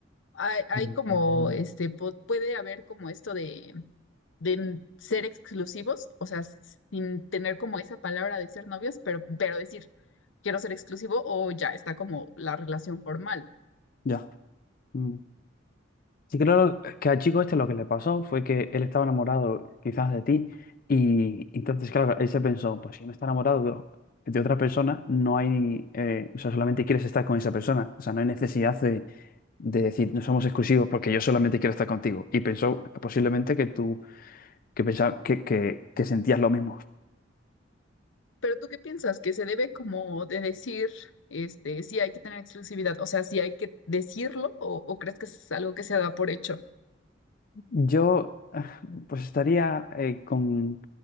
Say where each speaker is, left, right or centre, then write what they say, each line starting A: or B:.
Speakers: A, on the left; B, on the left.
A: hay, hay
B: Mm.
A: como, este, pu- puede haber como esto de, de ser exclusivos, o sea, s- sin tener como esa palabra de ser novios, pero, pero decir, quiero ser exclusivo o ya está como la relación formal.
B: Ya. Mm. Sí, creo que al chico este lo que le pasó fue que él estaba enamorado quizás de ti y entonces, claro, él se pensó, pues si no está enamorado de, de otra persona, no hay, eh, o sea, solamente quieres estar con esa persona, o sea, no hay necesidad de, de decir, no somos exclusivos porque yo solamente quiero estar contigo. Y pensó eh, posiblemente que tú que pensaba que, que- que sentías lo mismo.
A: Pero ¿tú qué piensas? Que se debe como de decir, este, si hay que tener exclusividad, o sea, si hay que decirlo o, o crees que es algo que se da por hecho.
B: Yo eh, pues estaría eh, con,